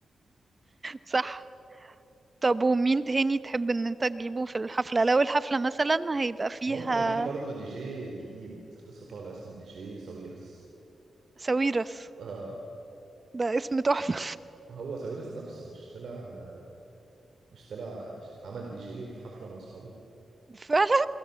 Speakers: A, on the right; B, on the right.
A: صح طب ومين تاني تحب ان انت تجيبه في الحفله لو الحفله مثلا هيبقى فيها
B: ممكن أجيب برضو دي جي جديد لسه طالع اسمه دي جي ساويرس
A: ساويرس
B: آه
A: ده اسم تحفه
B: هو ساويرس نفسه مش طلع مش طلع عمل دي جي في حفلة مع أصحابه
A: فعلا